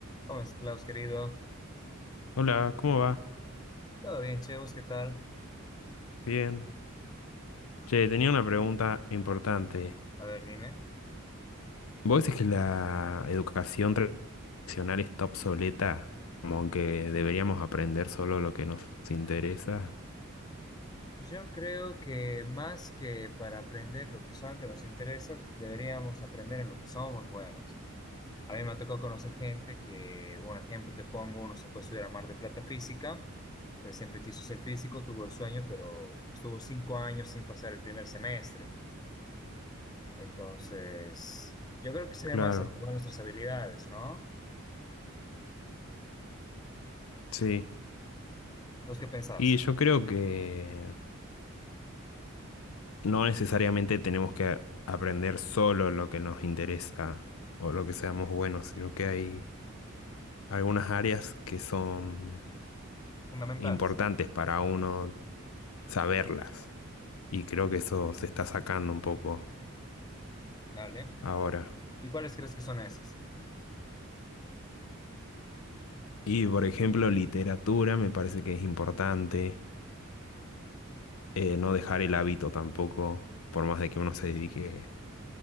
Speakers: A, on the left; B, on the left.
A: ¿Cómo estás, Klaus, querido?
B: Hola, ¿cómo va?
A: Todo bien, Chevos, ¿qué tal?
B: Bien. Che, tenía una pregunta importante.
A: A ver, dime.
B: ¿Vos decís que la educación tradicional está obsoleta? Como que deberíamos aprender solo lo que nos interesa.
A: Yo creo que más que para aprender lo que solamente nos interesa, deberíamos aprender en lo que somos buenos. A mí me ha tocado conocer gente que, un ejemplo te pongo, uno se fue a estudiar a Mar de Plata física, él siempre quiso ser físico, tuvo el sueño, pero estuvo cinco años sin pasar el primer semestre. Entonces, yo creo que sería
B: Claro,
A: más activar nuestras habilidades, ¿no?
B: sí.
A: ¿Vos qué pensás?
B: Y yo creo que no necesariamente tenemos que aprender solo lo que nos interesa o lo que seamos buenos, sino que hay algunas áreas que son
A: Fundamentales,
B: importantes para uno saberlas. Y creo que eso se está sacando un poco
A: ¿vale?
B: ahora.
A: ¿Y cuáles crees que son esas?
B: Y por ejemplo, literatura me parece que es importante. eh, no dejar el hábito tampoco, por más de que uno se dedique